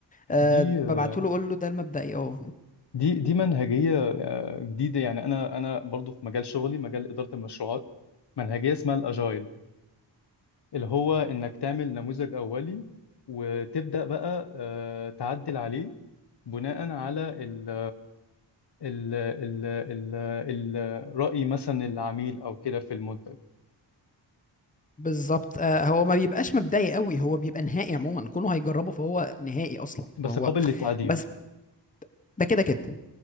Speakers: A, on the left; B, on the left.
A: أه
B: دي
A: ببعته
B: آه،
A: له اقول له ده المبدئي اه
B: دي دي منهجية آه، جديدة يعني أنا أنا برضو في مجال شغلي مجال إدارة المشروعات منهجية اسمها الأجايل اللي هو إنك تعمل نموذج أولي وتبدأ بقى آه، تعدل عليه بناء على ال ال ال ال ال رأي مثلا العميل أو كده في المنتج
A: بالظبط أه هو ما بيبقاش مبدئي قوي هو بيبقى نهائي عموما كونه هيجربه فهو نهائي اصلا
B: بس
A: فهو
B: قابل للتعديل
A: بس ده كده كده